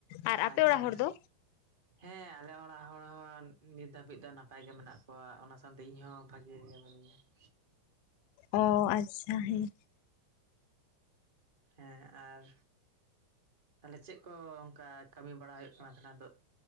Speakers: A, on the left (about 45°); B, on the right (about 50°).
A: ᱟᱨ ᱟᱯᱮ
B: ᱟᱪᱪᱷᱟ
A: ᱚᱲᱟᱜ ᱦᱚᱲ ᱫᱚ
B: ᱦᱮᱸ ᱟᱞᱮ ᱚᱲᱟᱜ ᱦᱚᱲ ᱦᱚᱸ ᱱᱤᱛ ᱫᱷᱟᱹᱵᱤᱡ ᱫᱚ ᱱᱟᱯᱟᱭ ᱜᱮ ᱢᱮᱱᱟᱜ ᱠᱚᱣᱟ ᱚᱱᱟ ᱥᱟᱶᱛᱮ ᱤᱧ ᱦᱚᱸ ᱵᱷᱟᱜᱮ ᱜᱮ ᱢᱤᱱᱟᱹᱧᱟ᱾ <inaudible>
A: ᱚ ᱟᱪᱪᱷᱟ ᱦᱮᱸ,
B: ᱦᱮᱸ ᱟᱨ ᱛᱟᱦᱚᱞᱮ ᱪᱮᱫ ᱠᱚ ᱚᱱᱠᱟ ᱠᱟᱹᱢᱤ ᱵᱟᱲᱟ ᱦᱩᱭᱩᱜ ᱠᱟᱱᱟ ᱛᱟᱦᱮᱱᱟ?